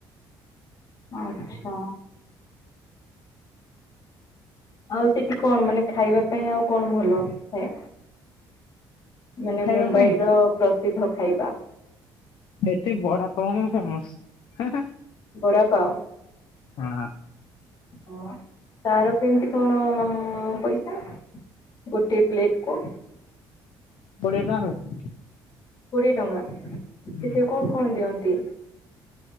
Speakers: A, on the left (about 45°); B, on the left (about 65°).
A: ହ ଆଛା। ଆଉ ସେଠି କଣ ମାନେ ଖାଇବା ପାଇଁ ଆଉ କଣ ଭଲ ସେଏ ମାନେ
B: ଖାଇବା
A: ମୁମ୍ବାଇ
B: ପାଇଁ
A: ର ପ୍ରସିଦ୍ଧ ଖାଇବା।
B: ଏଠେ ବଡା ପାଉଣିୀ ଫେମସ ହେ ହେ।
A: ବଡାପଓ
B: ପ୍ରଣାମ୍।
A: ହଁ ତାର କେମିତି କଣ ପଇସା? ଗୋଟେ ପ୍ଲେଟ କୁ
B: କୋଡ଼ିଏ ଟଙ୍କା ରହେ।
A: କୋଡିଏ ଟଙ୍କା ସେଥିରେ
B: ହୁଁ
A: କଣ କଣ ଦିଅନ୍ତି।